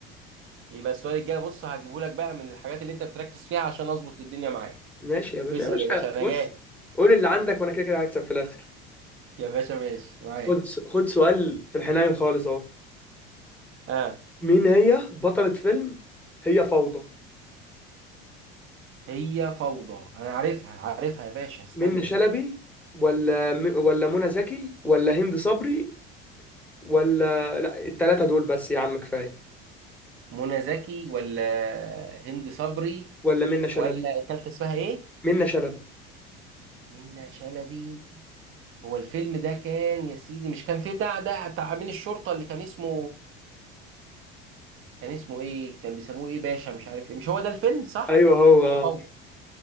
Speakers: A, on the right; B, in the centre.
A: يبقى السؤال الجاي بص هجيبه لك بقى من الحاجات اللي أنت بتركز فيها عشان أظبط الدنيا معاك
B: ماشي يا باشا
A: اسأل
B: يا باشا
A: يا باشا أنا
B: بص
A: جاي
B: قول اللي عندك وانا كده كده هكسب في الاخر
A: يا باشا ماشي معاك
B: خد س- خد سؤال في الحنين خالص اهو
A: آه
B: مين هي بطلة فيلم هي فوضى
A: هي فوضى أنا عارفها عارفها يا باشا استنى
B: منة شلبي ولا م... ولا منى زكي ولا هند صبري ولا لا التلاتة دول بس يا عم كفاية
A: منى زكي ولا هند صبري
B: ولا منة شلبي
A: ولا التالتة اسمها ايه؟
B: منة شلبي
A: منى شلبي هو الفيلم ده كان يا سيدي مش كان فيه بتاع ده بتاع امين الشرطة اللي كان اسمه كان اسمه ايه؟ كان بيسموه ايه باشا مش عارف ايه مش هو ده الفيلم صح؟
B: ايوه هو آه.
A: هي فوضى